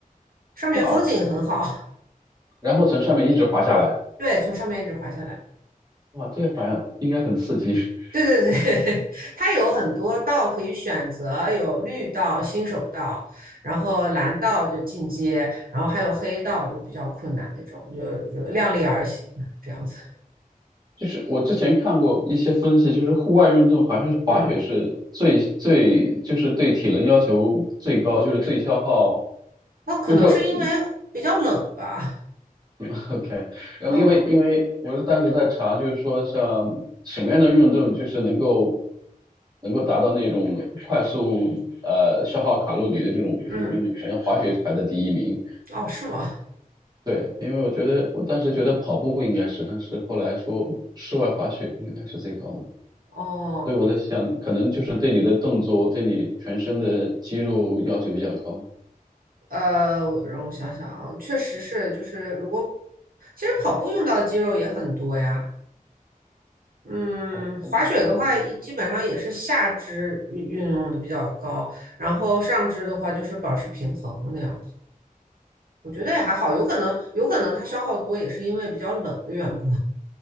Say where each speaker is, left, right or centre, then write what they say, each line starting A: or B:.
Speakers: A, on the right; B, on the right.
A: 上面风景很好，
B: 哇哦，然后从上面一直滑下来，
A: <laughs> 对，从上面一直滑下来。
B: 哇，这个好像应该很刺激。<laughs>
A: 对对对，<laughs> 它有很多道可以选择，有绿道、新手道，然后蓝道就进阶，然后还有黑道就比较困难那种，就就量力而行这样子。
B: 就是我之前看过一些分析，就是户外运动好像是滑雪是最最就是对体能要求最高，
A: 嗯，
B: 就是最消耗。
A: 那可能是因为比较冷吧。
B: 就是说 <laughs> OK，然后因为因为我是当时在查，
A: 嗯
B: 就是说像什么样的运动就是能够能够达到那种快速呃消耗卡路里的这种这种运动，
A: 嗯，
B: 好像滑雪是排在第一名。
A: 哦，是吗？
B: 对，因为我觉得我当时觉得跑步应该是，但是后来说室外滑雪应该是最高的，
A: 哦，
B: 所以我在想，可能就是对你的动作、对你全身的肌肉要求比较高。
A: 呃，我让我想想啊，确实是，就是如果其实跑步用到的肌肉也很多呀。嗯，
B: 跑步，
A: 滑雪的话，
B: 嗯，
A: 一基本上也是下肢运运用的比较高，然后上肢的话就是保持平衡那样子。我觉得也还好，有可能有可能它消耗多也是因为比较冷的缘故